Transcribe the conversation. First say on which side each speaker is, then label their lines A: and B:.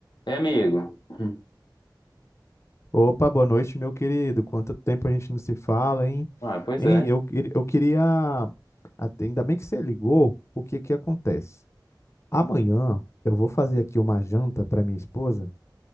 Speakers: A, on the left; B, on the left.
A: É, amigo. Hum.
B: Opa, boa noite, meu querido. Quanto tempo a gente não se fala, hein?
A: Ah, pois
B: Hein?
A: é.
B: Eu, queria- eu queria. até- Ainda bem que você ligou, porque que acontece? Amanhã eu vou fazer aqui uma janta para minha esposa